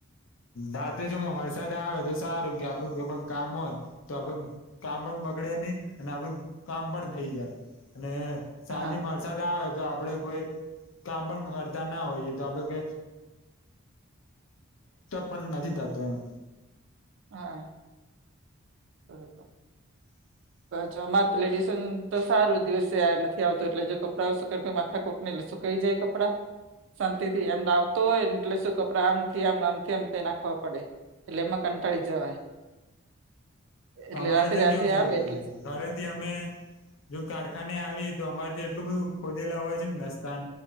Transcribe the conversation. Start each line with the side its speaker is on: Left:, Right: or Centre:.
Left: રાતે જોમ વરસાદ આવે તો સારું કે આપડું કોઈ પણ કામ હોય તો આપડે કામ પણ બગડે ની અને આપડું કામ પણ થઈ જાય અને
Right: હા
Left: સાંજે વરસાદ આવે તો આપડે કોઈ કામ પણ તા ના હોય તો આપડ પણ નથી થતો એમ
Right: હા બરોબર
Left: <inaudible>
Right: હ અમાર તો લેડીસ તો સારું દિવસે નથી આવતું એટલે જો કપડાં <unintelligible> માથાકુટ <unintelligible> સુકાઈ જાય કપડા શાંતિથી એમ આવતો હોય ને એટલે શું કપડા આમથી આમ આમથી આમ તે નાખવા પડે એટલે એમાં કંટાળી જવાય એટલે
Left: અમારે
Right: રાતે
Left: તો
Right: રાતે
Left: કેવું છે,
Right: આવે એટલે
Left: ઘરેથી અમે જો કારખાને આવીએ તો અમારે તો એટલું બધું ખોદેલા હોય છે, ને રસ્તા